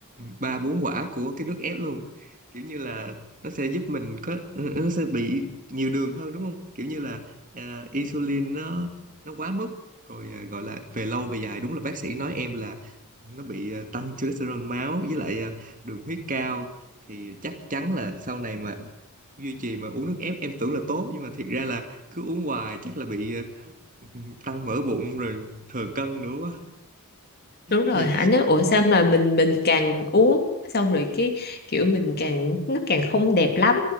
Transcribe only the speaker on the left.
đúng rồi
anh nói ủa sao mà mình mình càng uống xong rồi cái kiểu mình càng nó càng không đẹp lắm